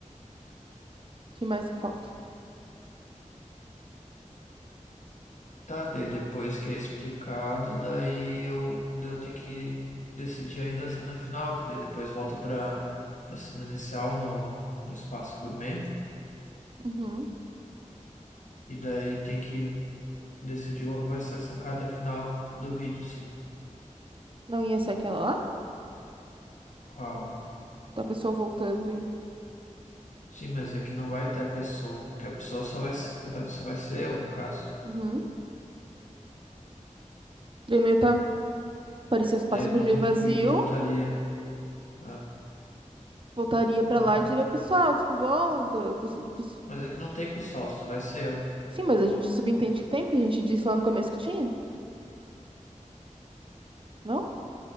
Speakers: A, on the right (about 40°); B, on the left (about 65°).
A: que mais que falta?
B: Tá, daí depois que é explicado, daí eu, daí eu tenho que decidir ainda a cena final, que daí depois volta para a cena inicial no, no espaço gourmet,
A: Uhum.
B: e daí tem que decidir qual que vai ser a sacada final do vídeo, sim.
A: Não ia ser aquela lá?
B: Qual?
A: Da pessoa voltando e.
B: Sim, mas é que não vai ter a pessoa, porque a pessoa só vai, se- vai- só vai ser eu, no caso.
A: Uhum. Leneta parecia o espaço
B: Daí eu
A: gourmet
B: não entendi
A: vazio,
B: por que que eu voltaria. Ah,
A: voltaria pra
B: tá.
A: lá e diria, pessoal, tudo bom? Tá- pes- pes-
B: Mas é que não tem pessoal, só vai ser eu.
A: Sim, mas a gente subentende que tem, porque a gente disse lá no começo que tinha, não?